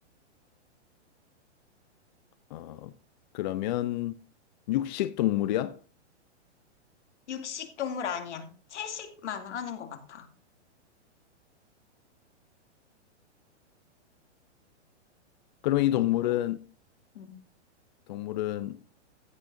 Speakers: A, on the left; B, on the left.
A: 어, 그러면 육식 동물이야?
B: 육식 동물 아니야. 채식만 하는 것 같아.
A: 그러면
B: 그리고
A: 이 동물은,
B: 음,
A: 동물은